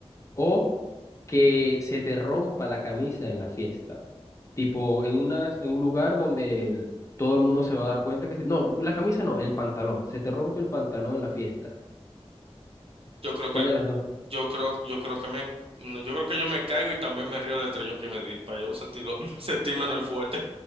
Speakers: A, on the left; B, on the right.
A: O que se te rompa la camisa en la fiesta. Tipo, en una, en un lugar donde el- todo el mundo se va a dar cuenta que... se- no, la camisa no, el pantalón. Se te rompe el pantalón en la fiesta.
B: Yo creo que,
A: ¿Cuál
B: el-
A: de las dos?
B: yo creo, yo creo que me, no, yo creo que yo me caigo y también me río del trellón que me di, para yo sentirlo, <laughs> sentirme en el fuerte.